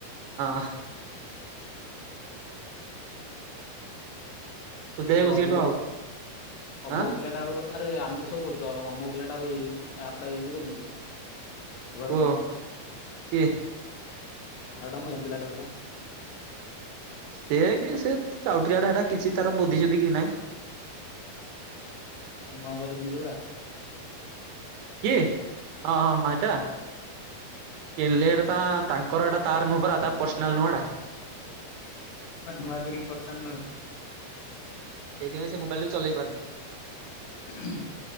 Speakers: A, on the right; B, on the left.
A: ହଁ। ସୁଧେଇ
B: ଆରେ
A: ବସିକି
B: ଅମୁକ
A: ଏଠୁ ଆଉ
B: ଅମୁକ
A: ଆଁ
B: ପିଲାଟା ଆଉ ଆରେ ଆମେ ତ ସବୁ କରୁଛୁ ଅମୁକ ପିଲାଟ ଆଉ ଏ ଆପ ଟା ଇଉଯୁ କରୁନୁ କି? ବ୍ୟବହାର
A: କୁହ କିଏ
B: ଆରଟାମ ଏନ୍ଦ। <unintelligible>
A: ସେ କି ସେ ଟାଉଟିଆଡା ହେରା କିଛି ତାର ବୁଦ୍ଧି ସୁୁଦ୍ଧି କି ନାହିଁ। <inaudible>
B: <unintelligible> <unintelligible> ଯୋଉରା
A: କି ହଁ ହଁ ହଁ ଏଟା
B: ହୁଁ।
A: କିଣିଲଟ ତା ତାଙ୍କର ଏଟା ତାର ନୁହଁ ପରା ତା ପର୍ସନାଲ ନୁହଁଟା। <inaudible>
B: ମ ନୂଆ କରି। <unintelligible>
A: ସେଇଥିପାଇଁ ସେ ମୋବାଇଲ ଟା ଚଲେଇ ପାରୁନି।
B: ସେ